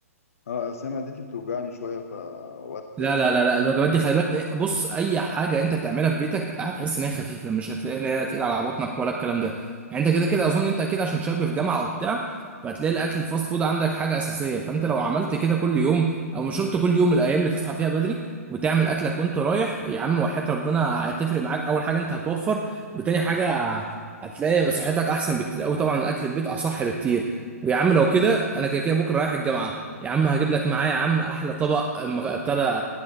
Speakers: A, on the left; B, on the right.
A: اه اصل أنا معدتي بتوجعني شويه فوقت
B: لا لا لا لا الوجبات دي خلي بالك بص اي حاجه انت بتعملها في بيتك هتحس ان هي خفيفه مش هتلاقي ان هي تقيله على بطنك ولا الكلام ده يعني انت كده كده اظن انت اكيد عشان شاب في جامعه وبتاع فهتلاقي الاكل الفاست فود عندك حاجه اساسيه فانت لو عملت كده كل يوم او مش شرط كل يوم الايام اللي تصحى فيها بدري وتعمل اكلك وانت رايح يا عم وحياة ربنا هتفرق معاك اول حاجه انت هتوفر وتاني حاجه هتلاقي صحتك احسن بكتير قوي طبعا الاكل في البيت اصح بكتير ويا عم لو كده انا كده كده بكره رايح الجامعه يا عم هجيب لك معايا يا عم احلى طبق م- ابتدى